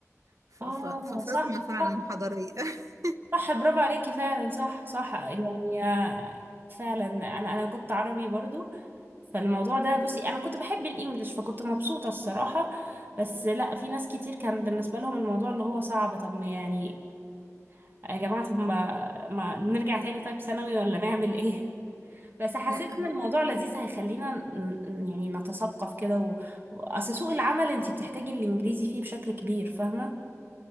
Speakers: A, on the right; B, on the right.
A: ف...
B: اه
A: ف... فصدمة
B: صح
A: فعلا
B: صح
A: حضارية <laughs>
B: صح برافو عليكي فعلا صح صح يعني آه، فعلا انا انا كنت عربي برضو فالموضوع ده بصي انا كنت بحب الانجليش فكنت مبسوطة الصراحة بس لا في ناس كتير كان بالنسبة لهم الموضوع اللي هو صعب طب ما يعني يا جماعة طب ما, ما نرجع تاني طيب ثانوي ولا نعمل ايه <laughs> بس حسيت
A: لا
B: ان
A: هو-
B: الموضوع لذيذ هيخلينا ن- ن- يعني نتثقف كده و... و- اصل سوق العمل انت بتحتاجي الانجليزي فيه بشكل كبير فاهمة